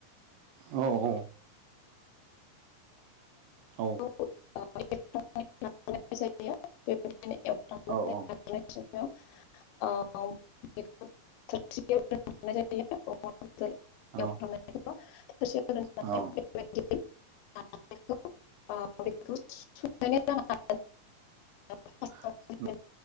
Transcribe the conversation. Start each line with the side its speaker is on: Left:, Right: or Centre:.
Right: औ औ औ
Left: <unintelligible>
Right: औ औ
Left: <unintelligible> <unintelligible>
Right: औ औ औ
Left: <unintelligible> <unintelligible> फार्स्टआवनो
Right: <unintelligible>
Left: जेनेबा